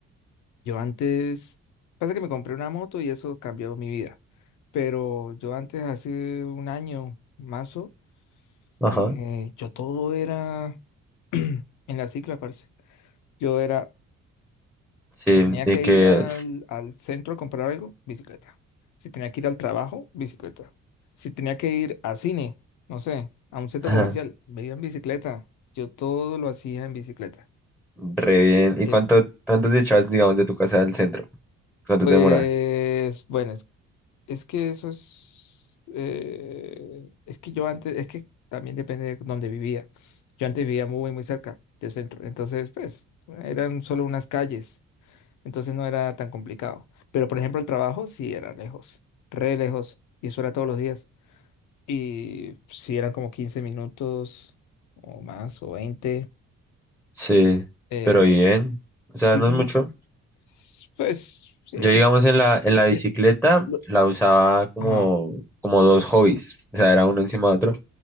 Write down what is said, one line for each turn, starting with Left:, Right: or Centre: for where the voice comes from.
Left: Yo antes, pasa que me compré una moto y eso cambió mi vida. Pero yo antes, hace un año, mazo,
Centre: ajá.
Left: eh, yo todo era <clears throat> en la cicla, parce. Yo era,
Centre: Sí,
Left: si tenía
Centre: y
Left: que
Centre: que
Left: ir al, al centro a comprar algo, bicicleta. Si tenía que ir al trabajo, bicicleta. Si tenía que ir a cine, no sé, a un centro
Centre: <laughs>
Left: comercial, me iba en bicicleta. Yo todo lo hacía en bicicleta.
Centre: Re bien. ¿Y
Left: Es,
Centre: cuánto, cuánto te echas, digamos, de tu casa al centro? ¿Cuánto
Left: pues,
Centre: te demoras?
Left: bueno, Es que eso es, eh, es que yo antes, es que también depende de dónde vivía. Yo antes vivía muy, muy cerca del centro, entonces, pues, eran solo unas calles, entonces no era tan complicado. Pero, por ejemplo, el trabajo sí era lejos, re lejos, y eso era todos los días. Y sí eran como 15 minutos o más, o veinte
Centre: sí,
Left: eh,
Centre: pero bien. O
Left: sí,
Centre: sea, no
Left: sí,
Centre: es mucho.
Left: s- pues, sí.
Centre: Yo, digamos, en la, en la bicicleta
Left: sí, lo-
Centre: la usaba como,
Left: Ajá.
Centre: como dos hobbies. O sea, era uno encima de otro.